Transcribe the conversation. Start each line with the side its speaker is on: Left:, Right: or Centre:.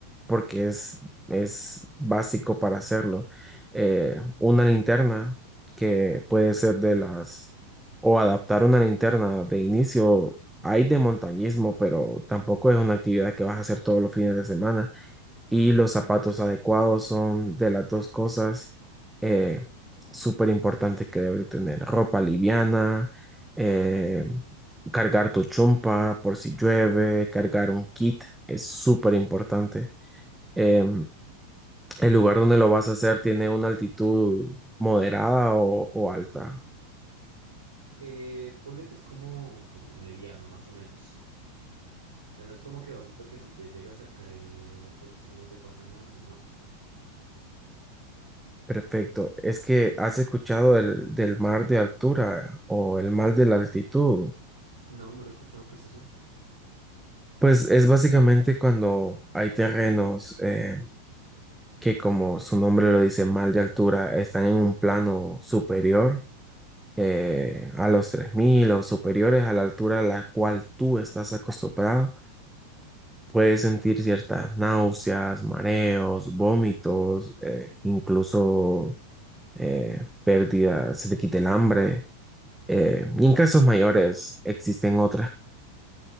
Centre: porque es, es básico para hacerlo. Eh, una linterna que puede ser de las, o adaptar una linterna de inicio. Hay de montañismo, pero tampoco es una actividad que vas a hacer todos los fines de semana y los zapatos adecuados son de las dos cosas eh, súper importantes que debe tener. Ropa liviana, eh, cargar tu chumpa por si llueve, cargar un kit es súper importante. Eh, el lugar donde lo vas a hacer tiene una altitud moderada o, o alta.
Right: Eh, ponle que es como, como mediano más o menos. O sea, no es como que bajito que si te llegas a caer, pues no te pasa nada. No.
Centre: Perfecto. Es que has escuchado del, del mar de altura o el mar de la altitud.
Right: No, no lo he escuchado. ¿Qué es eso?
Centre: Pues es básicamente cuando hay terrenos eh, que como su nombre lo dice, mal de altura, están en un plano superior eh, a los 3.000 o superiores a la altura a la cual tú estás acostumbrado. Puedes sentir ciertas náuseas, mareos, vómitos, eh, incluso eh, pérdida, se te quita el hambre. Eh, y en casos mayores existen otros